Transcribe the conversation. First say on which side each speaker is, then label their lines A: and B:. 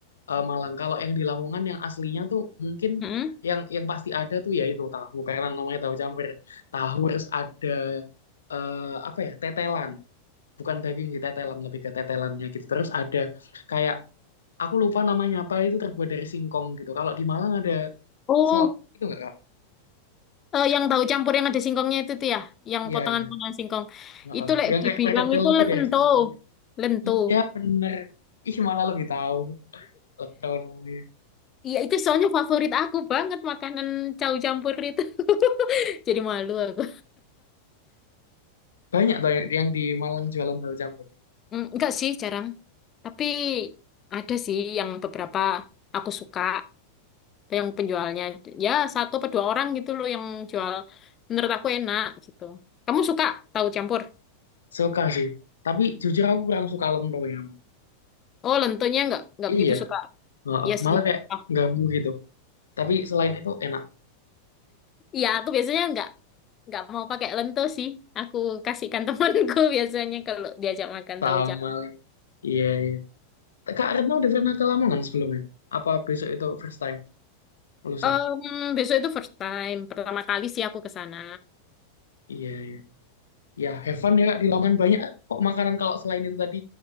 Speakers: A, on the left; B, on the left.
A: eh, Malang. Kalau yang di Lamongan yang aslinya tuh mungkin
B: Mm-mm.
A: yang yang pasti ada tuh ya itu tahu karena namanya tahu campur. Tahu harus ada eh, apa ya tetelan. bukan daging sih tetelan lebih ke tetelannya gitu terus ada kayak aku lupa namanya apa itu terbuat dari singkong gitu kalau di Malang ada
B: Oh,
A: selap itu nggak kak
B: eh, yang tahu campur yang ada singkongnya itu tuh ya, yang
A: iya
B: potongan-potongan
A: iya
B: singkong.
A: Heeh.
B: Itu lek
A: yang
B: dibilang
A: kayak perkedel
B: itu
A: tapi
B: lento,
A: dari singkong
B: lento.
A: iya bener ih malah lebih tahu lebih tahu namanya
B: Iya itu soalnya favorit aku banget makanan tahu campur itu. <laughs> Jadi malu aku.
A: banyak tuh yang yang di Malang jualan tahu campur
B: Mm, enggak sih, jarang. Tapi ada sih yang beberapa aku suka, yang penjualnya. Ya, satu atau dua orang gitu loh yang jual. Menurut aku enak gitu. Kamu suka tahu campur?
A: suka sih tapi jujur aku kurang suka lentonya
B: Oh, lentonya enggak, enggak
A: iya
B: begitu suka.
A: Heeh.
B: Iya
A: malah
B: sih.
A: kayak
B: Oh,
A: ganggu gitu tapi selain itu enak
B: iya, aku biasanya enggak, enggak mau pakai lento sih. Aku kasihkan <laughs> temanku biasanya kalau diajak makan
A: sama
B: tahu campur.
A: lagi iya iya Kak Retno udah pernah ke Lamongan sebelumnya? Apa besok itu first time? Lusa?
B: Em, besok itu first time, pertama kali sih aku ke sana.
A: Iya, iya. Ya, have fun ya Kak. Di Lamongan banyak kok makanan kalau selain itu tadi.